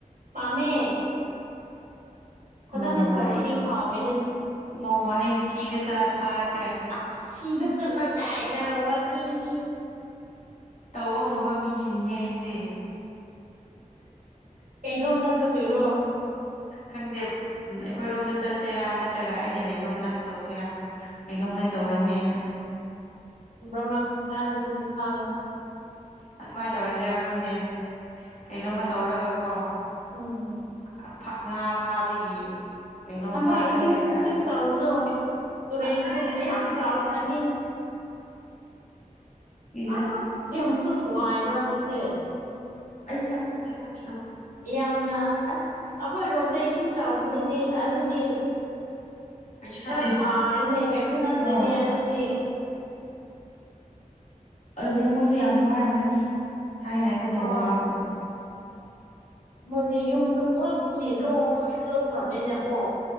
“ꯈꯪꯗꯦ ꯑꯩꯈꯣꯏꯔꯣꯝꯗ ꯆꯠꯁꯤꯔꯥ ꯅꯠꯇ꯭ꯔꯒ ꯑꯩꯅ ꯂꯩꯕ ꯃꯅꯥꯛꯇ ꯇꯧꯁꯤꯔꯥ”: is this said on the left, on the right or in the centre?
Left